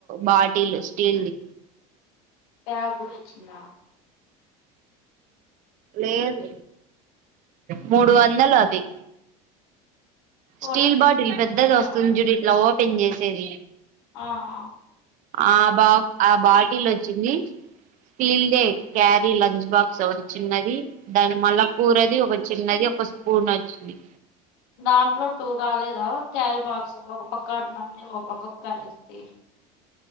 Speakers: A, on the right (about 45°); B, on the left (about 75°).
A: bottle steel దీ.
B: బ్యాగు కూడా వచ్చిందా.
A: లేదు మూడు వందలు అది.
B: ఫోటో
A: స్టీల్
B: పెట్టు
A: బాటిల్
B: నాకు
A: పెద్దది
B: ఎట్లా
A: వస్తుంది
B: ఆడదో
A: చూడు ఇట్లా ఓపెన్ చేసేది.
B: ఆ ఆ
A: ఆ బా ఆ బాటిల్ వచ్చింది, స్టీల్ దే క్యారీ లంచ్ బాక్స్ ఒకటి చిన్నది దాని మళ్ళా కూరది ఒక చిన్నది ఒక స్పూన్ అచ్చింది.
B: దాంట్లో టూ రాలేదా ఒక క్యారీ బాక్స్ ఒక పక్క అట్ల ఉండి ఒక పక్క క్యారీస్ ది.